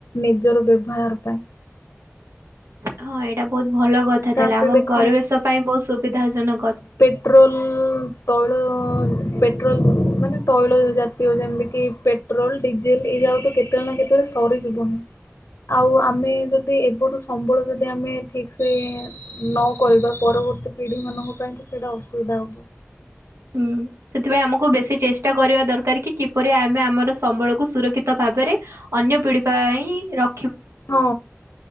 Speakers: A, on the left (about 65°); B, on the right (about 70°).
A: ନିଜର ବ୍ୟବହାର ପାଇଁ
B: ହଁ ଏଇଟା ବହୁତ ଭଲ କଥା
A: ତାପରେ
B: ତାହାଲେ ଆମ
A: ଦେଖ
B: ପରିବେଶ ପାଇଁ ବହୁତ ସୁବିଧା ଜନକ
A: ପେଟ୍ରୋଲ ତଳୁ ପେଟ୍ରୋଲ ମାନେ ତୈଳ ଜାତୀୟ ଯେମିତି କି ପେଟ୍ରୋଲ ଡିଜେଲ ଏଇ <unintelligible> ତ କେତେ ନା କେତେ ସରି ଯିବନି। ଆଉ ଆମେ ଯଦି ଏବେଠୁ ସମ୍ବଳ ଯଦି ଆମେ ଠିକ ସେ ନ କରିବା ପର ପରବର୍ତ୍ତୀ ପିଢ଼ି ମାନଙ୍କ ପାଇଁ କି ସେଇଟା ଅସୁବିଧା ହବ।
B: ହୁଁ ସେଥିପାଇଁ ଆମକୁ ବେଶୀ ଚେଷ୍ଟା କରିବା ଦରକାର କି କିପରି ଆମେ ଆମର ସମ୍ବଳକୁୁ ସୁରକ୍ଷିତ ଭାବରେ ଅନ୍ୟ ପିଢ଼ି ପାଇଁ ର
A: ହଁ